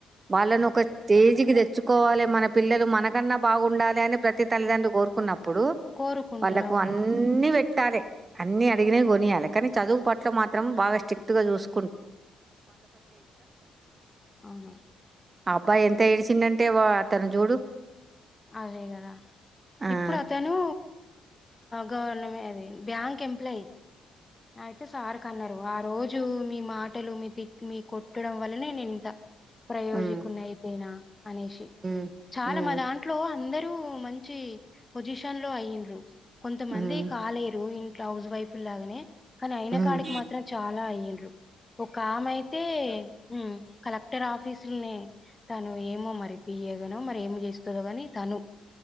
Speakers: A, on the right; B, on the left.
A: వాళ్ళను ఒక స్టేజీకి తెచ్చుకోవాలి మన పిల్లలు మనకన్నా బాగుండాలి అని ప్రతి తల్లిదండ్ర్రి కోరుకున్న ఇప్పుడు
B: కోరుకుంటారు
A: వాళ్ళకు
B: అవును
A: అన్ని పెట్ ట్టాలే అన్ని అడిగిన కొనియాలి కానీ చదువు పట్ల మాత్రం బాగా స్ట్రిక్ట్ గా చూసుక్
B: అవునా
A: ఆ అబ్బాయి ఎంత ఏడిచిండాంటే వా అ తను చూడు
B: అదే కదా
A: ఆ!
B: ఇప్పుడు అతను గవర్నది బ్యాంక్ ఎంప్లాయీ అయితే సార్ కన్నారు ఆ రోజు రజు మీ మాటలు మీ తిట్ మీ కొట్టడం వల్లనే నేను ఇంత ప్రయోజకుని
A: హ్మ్
B: అయిపోయినా అనేసి
A: హ్మ్
B: చాలా
A: హ్మ్
B: మా దాంట్లో అందరి రూ మంచి పొజిషన్ లో అయింరు కొంత మంది
A: హ్మ్
B: కాలేరు ఇం హౌస్ వైఫ్ లాగానే కానీ అయిన
A: హ్మ్
B: కాడికి మాత్రం చాలా అయ్యండ్రు ఒక ఆమె అయితే
A: ఆ.
B: ఉమ్, కలెక్టర్ ఆఫీసులనే తను ఏమో మరి పియగానో మరి ఏమి చేస్తుందో కానీ తను